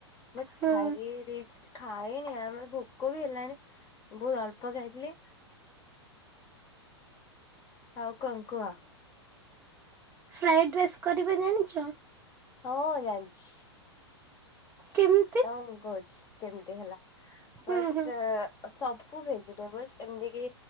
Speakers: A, on the left; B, on the right.
A: ବଟ
B: ହୁଁ
A: ଖାଇ ଦେଇ ଖାଇନି ଆମର ଭୋକ ବି ହେଲାଣି ବହୁତ ଅଳ୍ପ ଖାଇଥିଲି। ଆଉ କଁ କୁହ।
B: ଫ୍ରଏଡ ରାଇସ୍ କରିବା ଜାଣିଚ?
A: ହଁ ଜାଣିଚି।
B: କେମ
A: ତ ମୁଁ କହୁଛି, କେମିତି ହେଲା
B: ହୁଁ
A: ଫାଷ୍ଟ
B: ହୁଁ
A: ସବୁ ଭେଜିଟେବଲସ ଏମିତି କି